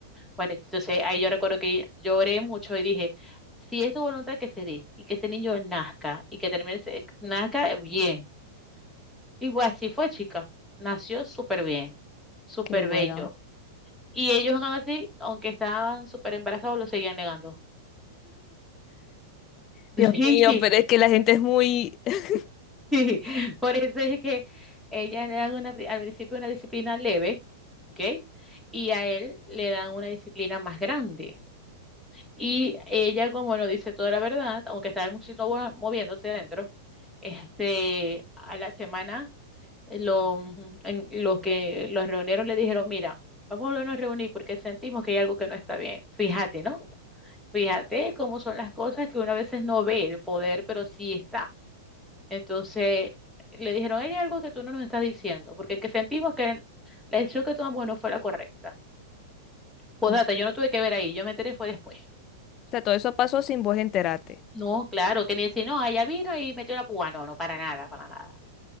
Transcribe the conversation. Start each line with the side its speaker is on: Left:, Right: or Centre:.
Centre: Bueno, entonces ahí yo recuerdo que lloré mucho y dije, si es su voluntad que se dé y que ese niño nazca y que termine, ese- nazca bien. Y pues así fue, chica. Nació súper bien, súper
Left: Qué bueno.
Centre: bello. Y ellos aún así, aunque estaban súper embarazados, lo seguían negando. <laughs>
Left: Dios
Centre: Sí,
Left: <laughs> mío,
Centre: sí,
Left: pero es que la gente es muy... <laughs>
Centre: sí. Por eso es que ella le dan una, pri- al principio una disciplina leve, ¿ok? Y a él le dan una disciplina más grande. Y ella, como no dice toda la verdad, aunque estaba muchito moviéndose adentro, este, a la semana eh, lo- en- los que los reunieron le dijeron, mira, vamos a volvernos a reunir porque sentimos que hay algo que no está bien. Fíjate, ¿no? Fíjate cómo son las cosas que uno a veces no ve el poder, pero sí está. Entonces le dijeron, hay algo que tú no nos estás diciendo, porque que sentimos que la decisión que tomamos no fue la correcta. Pues
Left: Mm.
Centre: data,
Left: O
Centre: yo no tuve que ver ahí, yo me enteré fue después.
Left: sea, todo eso pasó sin vos enterarte.
Centre: No, claro, que ni decir, no, ella vino y metió la púa. No, no, para nada, para nada.